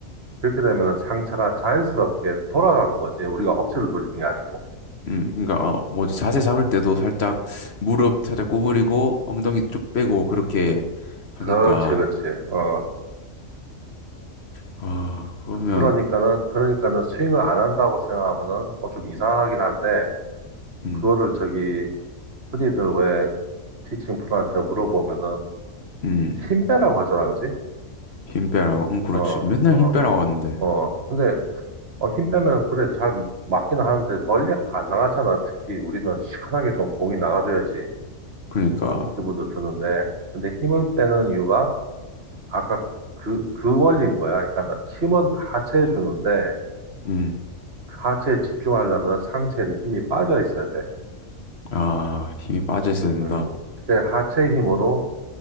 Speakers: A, on the right (about 50°); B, on the left (about 55°).
A: 그렇게 되면 상처가 자연스럽게 돌아가는 거지. 우리가 억지로 돌리는 게 아니고.
B: 음, 그러니까 어, 뭐지 자세 잡을 때도 살짝 무릎 살짝 구부리고 엉덩이 쭉 빼고 그렇게 하니까
A: 그렇지, 그렇지. 어.
B: 아 그러면
A: 그- 그러니까는, 그러니까는 스윙을 안 한다고 생각하면은, 어, 좀 이상하긴 한데,
B: 음.
A: 그거를 저기, 흔히들 왜 티칭 프로한테 물어보면은,
B: 음.
A: 힘 빼라고 하잖아, 그지?
B: 힘 빼라고? 응, 그렇지.
A: 어,
B: 맨날
A: 어,
B: 힘 빼라고 하는데.
A: 어. 근데, 어, 힘 빼면, 그래, 잘 맞기는 하는데, 멀리 안 나가잖아. 특히 우리는 시원하게 좀 공이 나가줘야지.
B: 그러니까,
A: 그런 기분도 드는데, 근데 힘을 빼는 이유가, 아까 그, 그 원리인 거야. 그러니까 힘은 하체에 주는데
B: 음,
A: 그 하체에 집중하려면 상체에는 힘이 빠져 있어야 돼.
B: 아, 힘이 빠져 있어야 된다.
A: 음. 근데 하체 힘으로